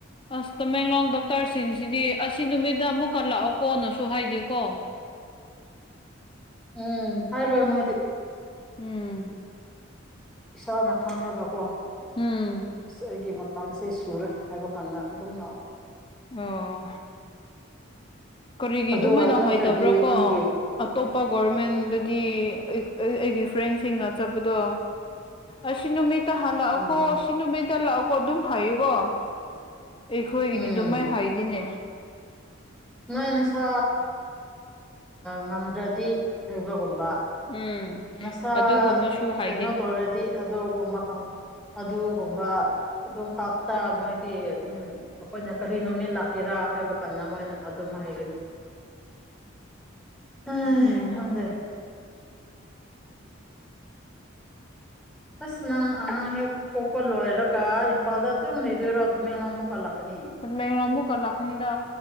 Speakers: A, on the left; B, in the centre.
A: ꯑꯁ ꯇ ꯃꯦꯡꯡꯂꯣꯡꯗ ꯗꯣꯛꯇꯔꯁꯤꯡꯁꯤꯗꯤ ꯑꯁꯤ ꯅꯨꯃꯤꯠꯠꯇ ꯑꯃꯨꯛꯀꯟꯂꯥꯛꯑꯣ ꯀꯣꯅꯁꯨ ꯍꯥꯏꯗꯦꯀꯣ <inaudible>
B: ꯎꯝ ꯍꯥꯏꯔꯣꯏ ꯃꯣꯏꯗꯤ
A: ꯎꯝ
B: ꯏꯁꯥꯅ ꯈꯪꯉꯒꯀꯣ ꯑꯩꯒꯤ
A: ꯎꯝ
B: ꯝꯁꯦ ꯁꯨꯔꯦ ꯍꯥꯏꯕ ꯀꯥꯟꯗ ꯑꯗꯨꯝ ꯂꯥꯛꯑꯣ
A: ꯑꯣ ꯀꯔꯤꯒꯤ
B: ꯑꯗꯨꯒ
A: ꯑꯗꯨꯃꯥꯏꯅ
B: ꯅꯠꯇ꯭ꯔꯗꯤ
A: ꯍꯥꯏꯇꯕ꯭ꯔꯥ ꯀꯣ
B: ꯅꯪꯒꯤ
A: ꯑꯇꯣꯞꯄ ꯒꯔꯃꯦꯟꯗ ꯗꯤ ꯑꯩꯒꯤ ꯐ꯭ꯔꯦꯟꯁꯤꯡꯅ ꯆꯠꯄꯗꯣ ꯑꯁꯤ ꯅꯨꯃꯤꯠ ꯍꯜꯂꯛꯑꯣꯀꯣ
B: ꯎꯝ
A: ꯁꯤ ꯅꯨꯃꯤꯠꯇ ꯂꯥꯛꯑꯣꯀꯣ ꯑꯗꯨꯝ ꯍꯥꯏꯌꯨꯀꯣ ꯑꯩꯈꯣꯏꯒꯤꯗꯤ
B: ꯎꯝ
A: ꯑꯗꯨꯃꯥꯏ ꯍꯗꯤꯅꯦ
B: ꯅꯣꯏ ꯅꯁꯥ ꯉꯝꯗ꯭ꯔꯗꯤ ꯑꯁꯤ ꯍꯩꯕꯒꯨꯝꯕ
A: ꯎꯝ
B: ꯅꯁꯥ
A: ꯑꯗꯨꯒꯨꯝꯕꯁꯨ ꯍꯥꯏꯗꯦ
B: ꯀꯩꯅꯣ ꯇꯧꯔꯗꯤ ꯑꯗꯨꯒꯨꯝꯕ ꯑꯗꯨꯒꯨꯝꯕ ꯑꯗꯨꯝ ꯈꯥꯛꯇ ꯃꯣꯏꯗꯤ ꯑꯗꯨꯝ ꯑꯩꯈꯣꯏꯅ ꯀꯔꯤꯅꯣꯃꯤ ꯀꯦꯔꯥ ꯍꯥꯏꯕ ꯀꯥꯟꯅ ꯃꯣꯏꯅ ꯑꯗꯨꯝ ꯍꯥꯏꯒꯅꯤ ꯑꯝ
A: ꯎꯝ
B: ꯈꯪꯗꯦ ꯑꯁ ꯅꯪ ꯑꯉꯥꯡ ꯍꯦꯛ ꯄꯣꯛꯄ ꯂꯣꯏꯔꯒ ꯑꯐꯗ ꯑꯗꯨꯝ ꯂꯩꯗꯣꯏꯔꯣ ꯇꯃꯦꯡꯂꯣ ꯑꯃꯨꯛ ꯀꯠꯂꯛꯀꯅꯤ
A: ꯍꯌꯦꯡ ꯑꯃꯨꯛꯀ ꯂꯥꯛꯀꯅꯤꯗ